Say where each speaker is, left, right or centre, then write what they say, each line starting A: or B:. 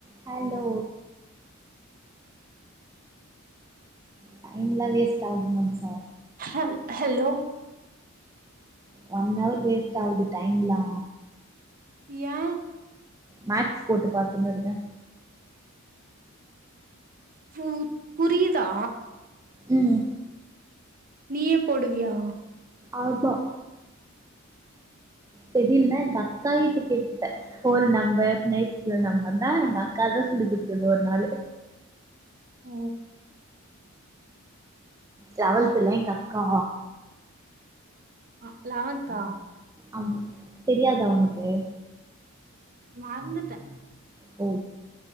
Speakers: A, on the right (about 15°); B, on the right (about 40°).
A: hello டைம்லா waste ஆவுது மனுஷா
B: அல் ஹலோ
A: ஒன் அவர் வேஸ்ட்டாகுது டைம்லா
B: ஏ
A: மேக்ஸ் போட்டு பாத்துனு இருக்க
B: பு புரியுதா
A: ம்
B: நீயே போடுவியா
A: ஆமா தெரியலன்னா எங்க அக்கா கிட்ட கேட்டுபே ஹோல் நம்பர் நைச்சல் நம்பர் நா எங்கக்கா தா சொல்லி குடுத்தது ஒருனாலு
B: ஓ
A: லவல்த்துலா எங்கக்கா
B: ஆ லவன்ந்தா
A: ஆமா தெரியாதா உனக்கு
B: மறந்துட்டே
A: ஓ